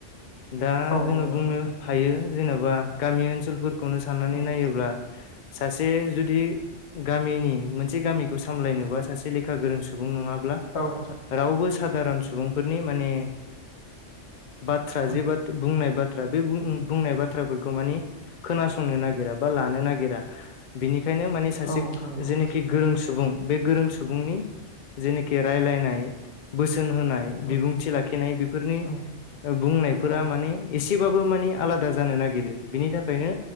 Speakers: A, on the left; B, on the left.
A: दा
B: औ नंगौ
A: जोङो
B: नोंथां
A: बुंनो हायो जेन'बा गामि ओनसोलफोरखौनो साननानै
B: ओं
A: नायोब्ला। सासे जुदि गामिनि मोनसे गामिखौ सामलायनोबा सासे लेखा गोरों सुबुं नङाब्ला
B: औ‌ नोंथां।
A: रावबो साधारन सुबुंफोरनि माने बाथ्रा
B: ओं
A: जे बा बुंनाय बाथ्रा। बे बुं-बुंनाय बाथ्राफोरखौ मानि खोनासंनो नागिरा बा लानो नागिरा बिनिखायनो माने सासे
B: औ नोंथां नंगौ
A: जेनाखि गोरों सुबुं बे गोरों सुबुंनि जेनिखि रायलायनाय बोसोन होनाय
B: ओं
A: बिबुंथि लाखिनाय बेफोरनि
B: ओं
A: बुंनायफोरा
B: औ
A: माने एसेबाबो मानि आलादा जानो नागिरो बिनि थाखायनो